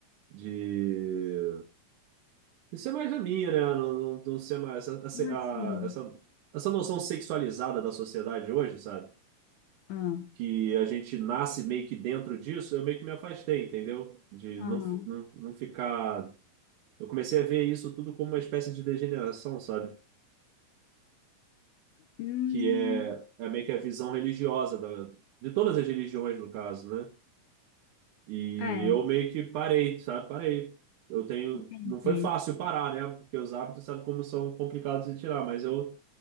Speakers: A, on the right; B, on the left.
A: de... Isso é mais a minha, né? Não, não, não ser mais essa,
B: como assim?
A: a- essa, essa noção sexualizada da sociedade hoje, sabe?
B: Ah,
A: Que a gente nasce meio que dentro disso, eu meio que me afastei, entendeu? De
B: aham.
A: não, fi- não, não ficar. Eu comecei a ver isso tudo como uma espécie de degeneração, sabe?
B: Hum,
A: Que é, é meio que a visão religiosa da, de todas as religiões, no caso, né? E
B: é.
A: eu meio que parei, sabe? Parei. Eu tenho.
B: Entendi.
A: Não foi fácil parar, né? Porque os hábitos, sabe como são complicados de tirar, mas eu